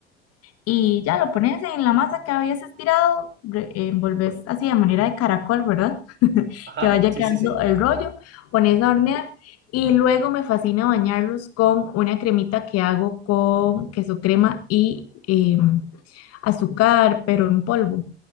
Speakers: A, on the left; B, on the right.
A: y ya lo pones en la masa que habías estirado, re- eh, envolves así de manera de caracol, ¿verdad? <laughs>
B: Ajá,
A: Que vaya
B: sí,
A: quedando
B: sí, sí.
A: el rollo, pones a hornear y luego me fascina bañarlos con una cremita que hago con queso crema y em, azúcar, pero en polvo.